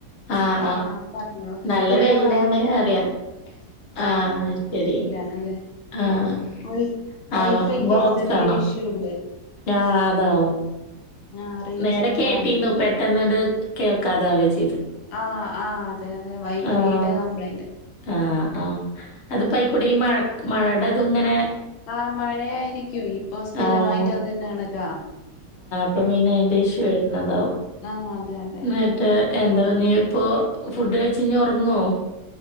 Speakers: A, on the left; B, on the left.
A: ആ
B: ആഹ്
A: ആ
B: ആഹ് പറ് <unintelligible>
A: നല്ല
B: ഇവിടെ
A: വെയിലാണ്
B: വൈഫൈ
A: പറയാ.
B: ആഹ്
A: ആ
B: ആഹ്
A: ശരി.
B: ഈറ്റ്ലാണല്ലേ
A: ആ
B: വൈ
A: ആഹ്
B: വൈഫൈക്കേ
A: ബോക്സാണോ?
B: ചെറിയൊരു ഇഷ്യൂ ഉണ്ട്
A: ആഹ് അതാവും
B: ആഹ് റേഞ്ച്
A: നേരെ
B: കട്ടാവുന്നുണ്ട്
A: കേട്ടീന്നു പെട്ടെന്ന്ണ്ട് കേൾക്കാതാവേച്ച്
B: ആഹ് ആഹ് അതെയതെ വൈഫൈടെ
A: ആഹ്.
B: കംപ്ലൈന്റ്
A: ആഹ് ആഹ് അതിപ്പയിക്കൂടെ
B: ഉം
A: ഈ മഴക്ക് മഴടതുങ്ങനെ
B: ആഹ് മഴയായിരിക്കു ഇപ്പൊ സ്ഥിരമായിട്ടതന്നാണല്ലോ
A: ആഹ്. അപ്പം പിന്നെ എന്റെ ഇഷ്യു വരുന്നതാവും
B: ആഹ് അതെ അതെ
A: നേരത്തേ എന്താ പർഞ്ഞീപ്പോ ഫുഡ് കഴിച്ചിനി ഒറങ്ങുവോ